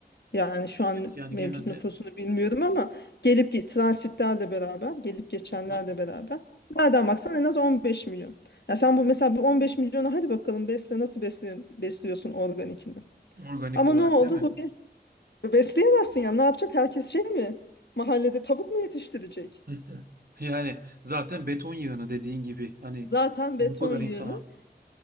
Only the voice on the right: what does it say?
Evet
yani
genelde
ha,
organik
olarak
değil mi?
Hı hı. <laughs> Yani zaten beton yığını dediğin gibi hani
bu
kadar
insana